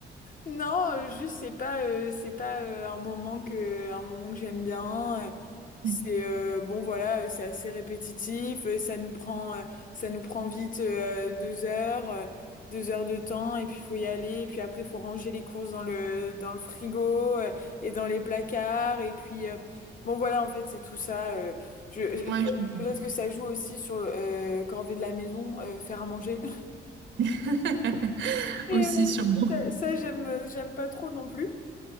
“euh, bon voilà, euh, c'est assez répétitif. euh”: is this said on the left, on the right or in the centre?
Left